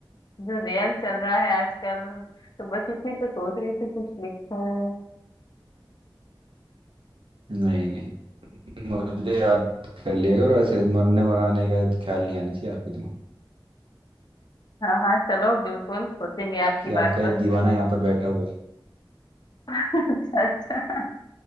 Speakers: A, on the left; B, on the right.
A: जो रियल चल रहा है आजकल तो बस इसी पे सोच रही थी कुछ लिखूं
B: नहीं नहीं मुझे याद कर लिया करो ऐसे मरने मराने का ख्याल नहीं आना चाहिए आपके दिमाग
A: हाँ हाँ चलो बिल्कुल सोचेंगे आपकी
B: कि
A: बात
B: आपका एक
A: पर
B: दीवाना यहाँ पर बैठा हुआ है
A: <laughs> अच्छा अच्छा